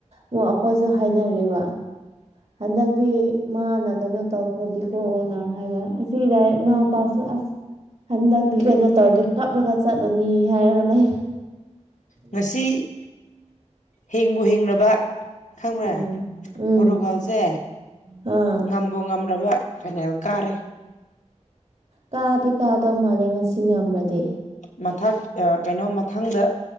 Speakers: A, on the right (about 60°); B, on the left (about 85°).
A: ꯑꯣ ꯑꯩꯈꯣꯏꯁꯨ ꯍꯥꯏꯅꯔꯤꯕ ꯍꯟꯗꯛꯇꯤ ꯃꯥꯅ ꯀꯩꯅꯣ ꯇꯧꯈ꯭ꯔꯗꯤꯀꯣꯅ ꯍꯥꯏꯕ ꯑꯁꯤꯗ ꯏꯎꯄꯥ ꯑꯁ ꯍꯟꯗꯛꯇꯤ ꯀꯩꯅꯣ ꯇꯧꯔꯗꯤ ꯀꯥꯞꯂꯒ ꯆꯠꯂꯅꯤ ꯍꯥꯏꯔꯒ ꯂꯩ ꯎꯝ
B: ꯉꯁꯤ ꯍꯤꯡꯕꯨ ꯍꯤꯡꯅꯕ ꯈꯪꯕ꯭ꯔꯥ
A: ꯎꯝ ꯎꯝ
B: ꯄꯣꯔꯇꯣꯒꯥꯜꯁꯦ
A: ꯑꯥ
B: ꯉꯝꯕꯣ ꯉꯂ ꯏ ꯐꯩꯅꯜ ꯀꯥꯔꯦ
A: ꯀꯥꯗꯦ ꯀꯥꯗꯧ ꯃꯥꯜꯂꯦ ꯉꯁꯤ ꯉꯃꯗꯤ
B: ꯃꯊꯛ ꯀꯩꯅꯣ ꯃꯊꯪꯗ